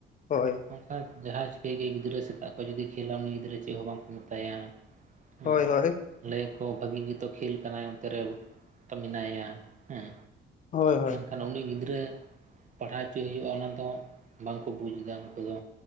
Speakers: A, on the left (about 40°); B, on the right (about 40°).
A: ᱦᱳᱭ
B: ᱚᱱᱠᱟ ᱡᱟᱦᱟᱸ ᱪᱤᱠᱟᱹᱭ ᱜᱮᱭ ᱜᱤᱫᱽᱨᱟᱹ ᱥᱮᱛᱟᱜ ᱠᱷᱚᱱ ᱡᱩᱫᱤ ᱠᱷᱮᱞᱟ ᱩᱱᱤ ᱜᱤᱫᱽᱨᱟᱹ ᱪᱮᱫ ᱦᱚᱸ ᱵᱟᱝᱠᱚ ᱢᱮᱛᱟᱭᱟ᱾ ᱦᱮᱸᱢ
A: ᱦᱳᱭ ᱦᱳᱭ
B: ᱞᱮᱭᱟᱠᱚ ᱵᱷᱟᱹᱜᱤ ᱜᱮᱛᱚ ᱠᱷᱮᱞ ᱠᱟᱱᱟᱭ ᱚᱱᱛᱮ ᱨᱮ ᱢᱮᱱᱟᱭᱟ ᱦᱮᱸ
A: ᱦᱳᱭ ᱦᱳᱭ
B: ᱛᱟᱦᱚᱞᱮ ᱩᱱᱤ ᱜᱤᱫᱽᱨᱟᱹ ᱯᱟᱲᱦᱟᱣ ᱦᱚᱪᱚᱭᱮ ᱦᱩᱭᱩᱜᱼᱟ᱾ ᱚᱱᱟ ᱫᱚ ᱵᱟᱝᱠᱚ ᱵᱩᱡᱽ ᱫᱟ ᱩᱱᱠᱩ ᱫᱚ